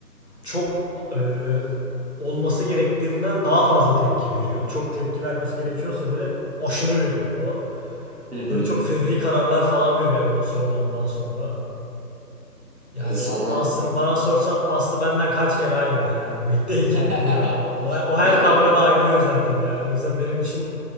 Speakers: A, on the left; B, on the right.
A: çok e, olması gerektiğinden daha fazla tepki veriyor. Çok tepki vermesi gerekiyorsa böyle aşırı veriyor falan.
B: Hı hı.
A: Böyle çok fevri kararlar falan veriyor hemen o sırada ondan sonra. Yani
B: Evet, sana
A: Aslı'nı bana sorsan Aslı benden kaç kere ayrıldı yani bu <laughs> ilk değil
B: <laughs>
A: ki güya. O, o her kavgada ayrılıyor zaten yani. O yüzden benim için